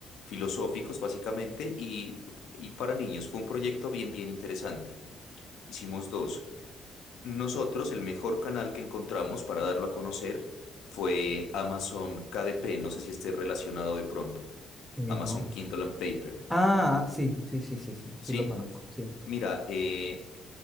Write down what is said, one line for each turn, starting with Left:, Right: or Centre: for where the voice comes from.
Left: filosóficos, básicamente, y, y para niños fue un proyecto bien, bien interesante. Hicimos dos. Nosotros, el mejor canal que encontramos para darlo a conocer fue Amazon KDP, no sé si esté relacionado de pronto,
Centre: Eh,
Left: Amazon
Centre: no.
Left: Kindle and Paper,
Centre: Ah, sí, sí, sí, sí, sí,
Left: ¿sí?
Centre: sí lo conozco, sí.
Left: Mira, eh,